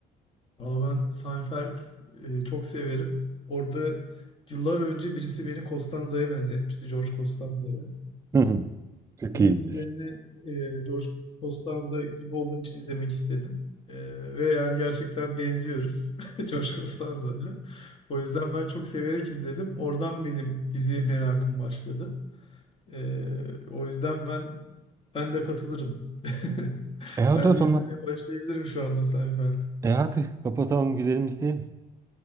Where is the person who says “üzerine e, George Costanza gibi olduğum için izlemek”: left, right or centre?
Left